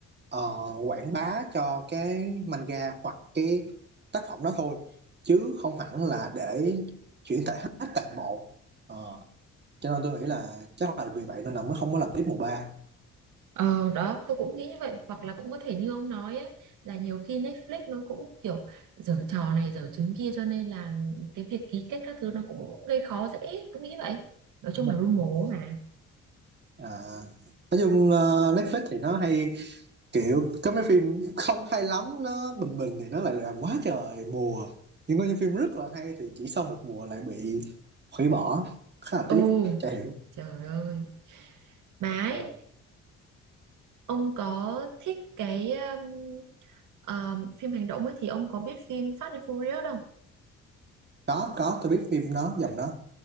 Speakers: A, on the right (about 35°); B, on the right (about 80°).
A: ờ, quảng bá cho cái manga hoặc cái tác phẩm đó thôi chứ không hẳn là để chuyển thể hết toàn bộ Ờ, cho nên tôi nghĩ là chắc là vì vậy nên là mới không có làm tiếp mùa ba
B: ờ, đó, tôi cũng nghĩ như vậy, hoặc là cũng có thể như ông nói á, là nhiều khi Netflix nó cũng kiểu giở trò này giở trứng kia cho nên là cái việc ký kết các thứ nó cũng gây khó dễ, tôi nghĩ vậy. Nói chung
A: Đúng
B: là lu mố
A: rồi.
B: mà.
A: à, nói chung ờ, Netflix thì nó hay kiểu có mấy phim không hay lắm nó bình bình thì nó lại làm quá trời mùa nhưng có những phim rất là hay thì chỉ sau một mùa lại bị hủy bỏ khá là
B: Ồ,
A: tiếc chả hiểu
B: trời ơi. Mà ấy,
A: Ờ.
B: ông có thích cái um, um, phim hành động ấy thì ông có biết phim Fast and Furious không?
A: có có tôi biết phim đó dòng đó